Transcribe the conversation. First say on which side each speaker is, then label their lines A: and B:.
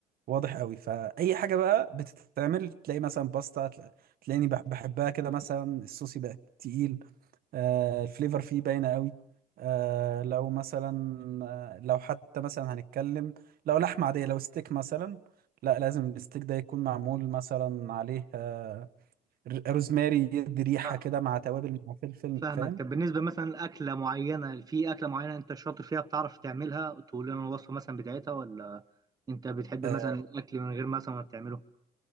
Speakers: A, on the right; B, on the right.
A: واضح قوي فاي حاجه بقى بتتعمل تلاقي مثلا باستا تلا- تلاقيني بح- بحبها كده مثلا الصوص يبقى تقيل آه، الفليفر فيه باينة قوي آه، لو مثلا آه، لو حتى مثلا هنتكلم لو لحمة عادية لو ستيك مثلا لا لازم الستيك ده يكون معمول مثلا عليه آه، ر- روزماري يدي ريحة
B: فاهم-
A: كده مع توابل مع فلفل
B: فاهمك
A: فاهم
B: طب بالنسبه مثلا لاكله معينه في اكله معينه انت شاطر فيها بتعرف تعملها تقول لنا الوصفه مثلا بتاعتها ولا انت بتحب
A: آه،
B: مثلا الاكل من غير مثلا ما بتعمله